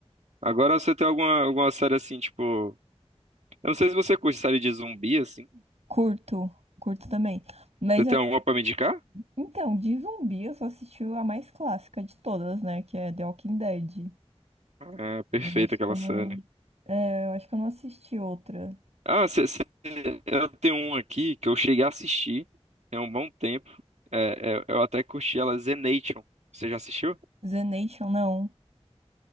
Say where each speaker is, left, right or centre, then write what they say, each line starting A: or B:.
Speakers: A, on the right; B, on the right.
A: Agora você tem alguma, alguma série assim, tipo. Eu não sei se você curte série de zumbi, assim.
B: Curto, curto também. Mas
A: Você tem
B: eu-
A: alguma pra me indicar?
B: Então, de zumbi eu só assisti a mais clássica de todas, né? Que é The Walking Dead.
A: É perfeita
B: Eu acho
A: aquela
B: que eu
A: série.
B: não. É, eu acho que eu não assisti outra.
A: Ah, você, você- eu tenho um aqui que eu cheguei a assistir tem um bom tempo. É, é, eu até curti ela, Zenation. Você já assistiu?
B: The Nation, não.